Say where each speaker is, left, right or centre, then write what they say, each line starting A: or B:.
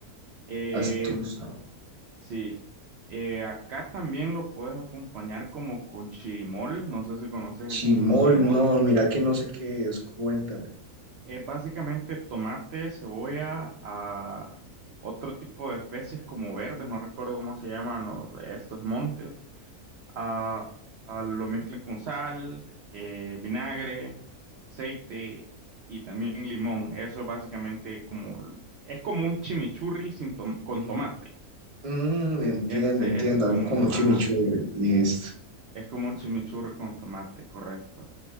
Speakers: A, on the right; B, on the right.
A: Eh,
B: Astus.
A: sí, eh, acá también lo puedes acompañar como con chirimol, no sé si conoces
B: Chimol,
A: el chirimol.
B: no, mira que no sé qué es, cuéntame.
A: Es básicamente tomate, cebolla, a otro tipo de especies como verdes, no recuerdo cómo se llaman los- estos montes. Ah, ah, lo mezclan con sal, eh, vinagre, aceite y también limón. Eso es básicamente como, es como un chimichurri sin tom- con
B: Mm,
A: tomate.
B: mm, entiendo,
A: Ese, es- ese
B: entiendo,
A: es como,
B: algo como un chimichurri,
A: ajá,
B: listo. <clears throat>
A: es como un chimichurri con tomate, correcto.